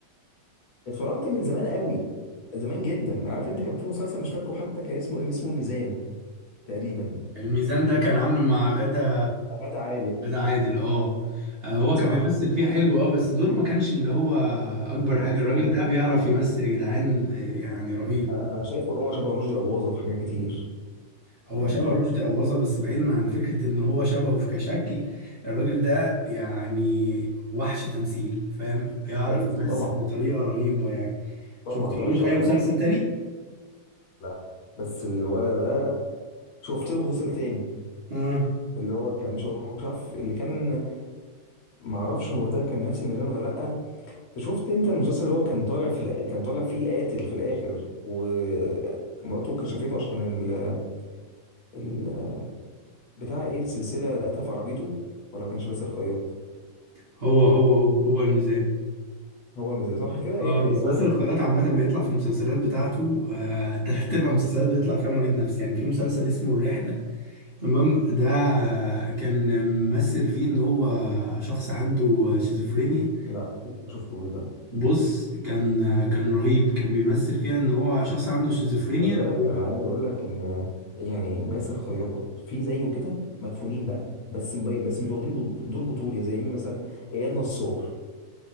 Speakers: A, on the left; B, on the right.
A: اتفرجت من زمان قوي زمان جدا عارف انت كان في مسلسل مش فاكره حتى كان اسمه اسمه الميزان تقريبا
B: الميزان ده كان عامله مع غدا
A: غادة عادل
B: غدا عادل اه آه، هو
A: صح؟
B: كان بيمثل فيه حلو اه بس دوره ما كانش اللي هو اكبر
A: كان
B: حاجه
A: ظابط
B: الراجل ده
A: وبتاع
B: بيعرف يمثل يا جدعان آه، يعني رهيب
A: انا انا شايفه ان هو شبه رشدي اباظة في حاجات كتير
B: هو
A: يعني
B: شبه رشدي اباظه بس بعيدا عن فكره ان هو شبهه في كشكل الراجل ده يعني وحش تمثيل فاهم بيعرف
A: ايوه
B: يمثل
A: طبعا
B: بطريقه رهيبه يعني
A: طبعا
B: شفتلوش
A: طب انت
B: اي
A: اقول
B: مسلسل
A: لك برضو
B: تاني
A: لا بس الولد ده شفت له مسلسل تاني
B: اه
A: اللي هو كان مش مش عارف اللي كان معرفش هو ده كان نفس ميزان ولا لا انت شفت انت المسلسل اللي هو كان طالع في الآ- كان طالع فيه قاتل في الاخر ومراته كشفته عشان ال... ال... بتاع ايه السلسله اللي قتلها في عربيته ولا ما كانش باسل الخياط
B: هو هو هو هو الميزان
A: هو الميزان صح كده
B: اه
A: هي
B: بس
A: يبقى
B: باسل
A: هو ده
B: الخياط عامة بيطلع في المسلسلات بتاعته آه، <laughs> تلات أرباع المسلسلات بيطلع فيها مريض نفسي يعني في مسلسل اسمه الرحلة تمام ده كان ممثل فيه إن هو شخص عنده شيزوفرينيا
A: لا ما شفتوش ده
B: بص كان كان رهيب كان بيمثل فيها إن هو شخص عنده شيزوفرينيا
A: خلي بالك
B: هو-
A: انا عايز اقول لك ان يعني باسل الخياط في زيه كده مدفونين بقى بس مبي... بس مش واخدين ب- دور بطولي زي مين مثلا اياد نصار